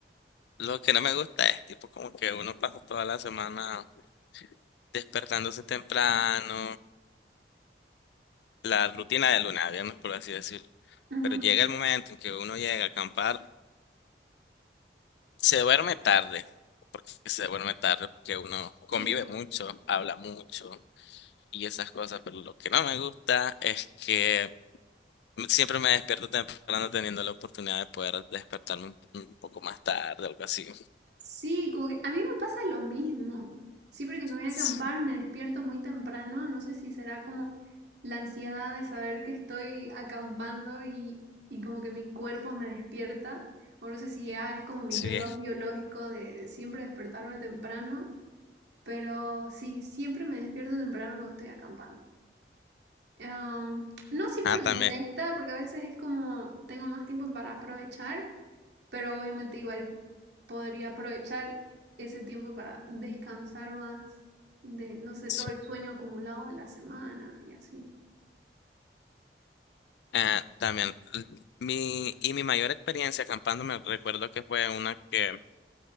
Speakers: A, on the left; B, on the right.
A: lo que no me gusta es tipo como que uno pasa toda la semana despertándose temprano. la rutina de luna, viernes, por así decir.
B: Ujú,
A: Pero llega el momento en que uno llega a acampar, se duerme tarde, porque se duerme tarde, porque uno convive
B: Sí,
A: mucho, habla mucho y esas cosas, pero lo que no me gusta es que siempre me despierto temprano teniendo la oportunidad de poder despertarme un, un poco más tarde, algo así.
B: sí, como que a mí me pasa lo mismo. Siempre que me voy a
A: Sí,
B: acampar me despierto muy temprano, no sé si será como la ansiedad de saber que estoy acampando y, y como que mi cuerpo me despierta, o no sé si ya es como mi
A: sí,
B: reloj
A: es.
B: biológico de siempre despertarme temprano. Pero sí, siempre me despierto temprano cuando estoy acampando. Am, no siempre
A: Ah,
B: me
A: también.
B: molesta porque a veces es como tengo más tiempo para aprovechar, pero obviamente igual podría aprovechar ese tiempo para descansar más de, no sé,
A: sí.
B: todo el sueño acumulado de la semana y así.
A: Ah, también. Mi, y mi mayor experiencia acampando me recuerdo que fue una que